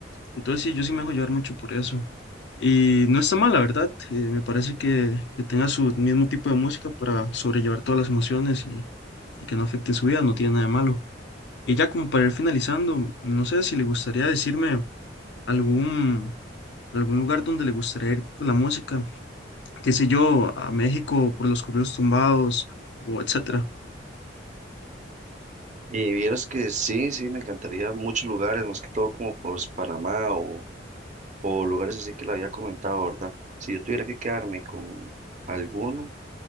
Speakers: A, on the left; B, on the right.
A: Entonces sí, yo sí me dejo llevar mucho por eso. Y no está mal, la verdad. eh, me parece que, que tenga su mismo tipo de música para sobrellevar todas las emociones y, y que no afecte su vida, no tiene nada de malo. Y ya como para ir finalizando, no sé si le gustaría decirme algún, algún lugar donde le gustaría ir por la música, qué sé yo, a México por los corridos tumbados o etcétera.
B: Y vieras que sí, sí, me encantaría muchos lugares, más que todo como por Panamá o, o lugares así que le había comentado, ¿verdad? Si yo tuviera que quedarme con alguno,